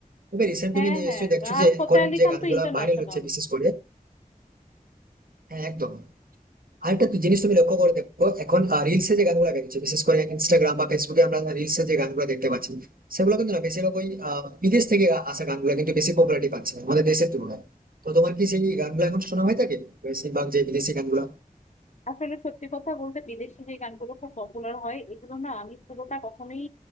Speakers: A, on the right; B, on the left.
A: তবে রিসেন্ট
B: হ্যাঁ
A: তুমি নিশ্চয়ই
B: হ্যাঁ
A: দেখছো
B: রাহাত
A: যে
B: ফতেহ
A: এখন
B: আলী
A: যে
B: খান
A: গানগুলা
B: তো ইন্টারন্যাশনাল
A: ভাইরাল হচ্ছে বিশেষ করে হ্যাঁ একদম আর একটা তুই জিনিস তুমি লক্ষ্য করে দেখো এখন রিলসে যে গানগুলো বেরোচ্ছে বিশেষ করে ইনস্টাগ্রাম বা ফেসবুকে আমরা রিলসে যে গানগুলো দেখতে পাচ্ছি সেগুলো কিন্তু না বেশিরভাগ ওই আহ, বিদেশ থেকে গা- আসা গানগুলো কিন্তু বেশি পপুলারিটি পাচ্ছে আমাদের দেশের তুলনায় তো তোমার কি সেই গানগুলো এখন শোনা হয়ে থাকে বেশিরভাগ যে বিদেশি গানগুলো
B: আসলে সত্যি কথা বলতে বিদেশি যে গানগুলো খুব পপুলার হয় এগুলো না আমি পুরোটা কখনোই